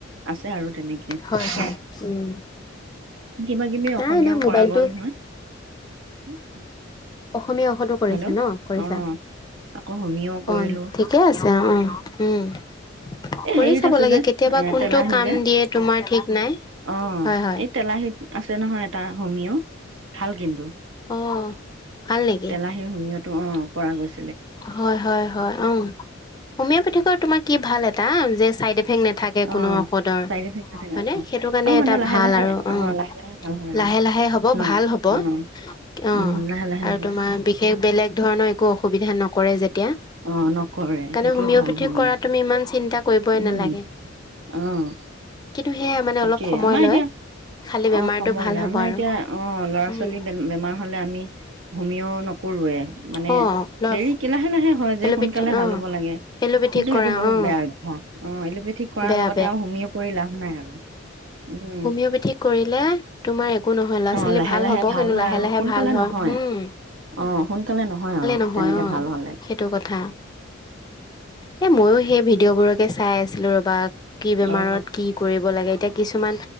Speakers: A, on the right (about 70°); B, on the left (about 20°).
A: আছে আৰু তেনেকে।
B: হয় হয় উম
A: কিবা কিবি অসমীয়াও
B: নাই এনেই মোবাইলটো
A: কৰা গ'ল নহয়।
B: অসমীয়া অষতো কৰিছা
A: হেল্ল'
B: ন' কৰিছা।
A: অ আকৌ হোমিও কৰিলো
B: অ', ঠিকেই আছে, অ', অ', উম।
A: এই
B: কৰি
A: হেৰিত
B: চাব
A: আছে
B: লাগে
A: যে
B: কেতিয়াবা
A: এ
B: কোনটো
A: তেলাহী
B: কাম
A: যে
B: দিয়ে তোমাৰ ঠিক নাই।
A: অ',
B: হয় হয়
A: এই তেলাহীত আছে নহয় এটা হোমিঅ' ভাল কিন্তু।
B: অ ভাল নেকি
A: তেলাহীৰ হুমিয়তো অ', কৰা গৈছে।
B: হয়, হয়, হয়, অ', হমিঅ'পেথিকৰ তোমাৰ কি ভাল এটা তে নাথাকে
A: অ
B: কোনো ঔষধৰ
A: চাইড ইফেক্ট নাথাকে
B: মানে
A: অ
B: সেইটো কাৰণে
A: আৰু মানে
B: এটা
A: লাহে
B: ভাল
A: লাহে
B: আৰু উম,
A: অ লাহে লাহে ভাল হয় আৰু
B: লা লাহে লাহে হ'ব,
A: ন
B: ভাল হ'ব,
A: অ
B: অ',
A: উম লাহে লাহে
B: আৰু
A: হয়
B: তোমাৰ বিশেষ বেলেগ ধৰণৰ একো অসুবিধা নকৰে যে এতিয়া
A: অ নকৰে
B: তাতে
A: সেইটোৱে
B: হোমিঅ'পেথি
A: ভাল হোমিঅ
B: কৰা তুমি ইমান চিন্তা কৰিবই
A: উম
B: নালাগে।
A: অ'।
B: কিন্তু সেয়াই মানে
A: তাকে
B: অলপ সময়
A: আমাৰ
B: লয়।
A: এতিয়া
B: খালি বেমাৰটো
A: অ', সময়
B: ভাল
A: লাই
B: হ'ব
A: আমাৰ
B: আৰু
A: এতিয়া অ', ল'ৰা-ছোৱালী
B: উম
A: বেমাৰ হলে আমি ভূমিও নক কৰোৱে মানে
B: অ লয়
A: দেৰি কি লাহে লাহে হয় যে
B: এল'পেথি
A: সোনকালে ভাল
B: অ
A: হ'ব লাগে।
B: এল'পেথিক
A: কিন্তু
B: কৰা
A: সেইটো বহুত
B: অ
A: বেয়া অভ্যাস অ', এলোপেথিক কৰাৰ
B: বেয়া
A: লগতে আৰু হোমিঅ' কৰি লাভ নাই আৰু। উম
B: হোমিঅপেথি কৰিলে তোমাৰ একো নহয় ল'ৰা-ছোৱালী
A: অ লাহে
B: ভাল
A: লাহে
B: হ'ব কিন্তু
A: হয়
B: লাহে
A: আৰু
B: লাহে
A: সোনকালে
B: ভাল হয়,
A: নহয়
B: উম।
A: অ', সোনকালে নহয় আৰু
B: নহয়
A: তেনেকে
B: অ
A: ভাল হ'লে।
B: সেইটো কথা এই ময়ো সেই ভিডিঅ'বোৰকে চাই আছিলোঁ ৰ'বা। কি বেমাৰত
A: অ
B: কি কৰিব লাগে এতিয়া কিছুমান